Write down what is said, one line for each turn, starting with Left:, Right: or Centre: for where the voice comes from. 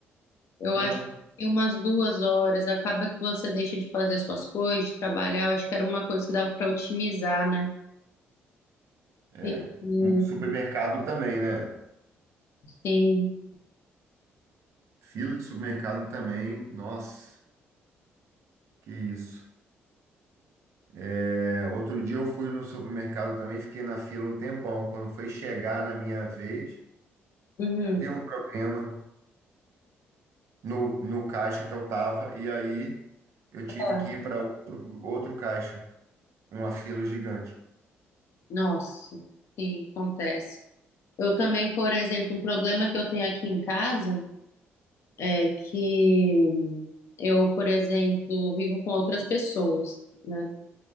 Left: Eu
Right: Ah,
Left: acho que em umas duas horas. Acaba que você deixa de fazer suas coisas, de trabalhar. Eu acho que era uma coisa que dava para otimizar, né?
Right: é.
Left: Sim,
Right: Um Supermercado também, né?
Left: sim.
Right: Fila de supermercado também. Nossa, que isso. É, outro dia eu fui no supermercado também, fiquei na fila um tempão. Quando foi chegar na minha vez,
Left: Uhum.
Right: deu um problema. no, no caixa que eu tava, e aí eu tive
Left: Tá.
Right: que ir para outro, outro caixa, uma fila gigante.
Left: Nossa, sim, acontece. Eu também, por exemplo, um problema que eu tenho aqui em casa é que eu, por exemplo, vivo com outras pessoas, né?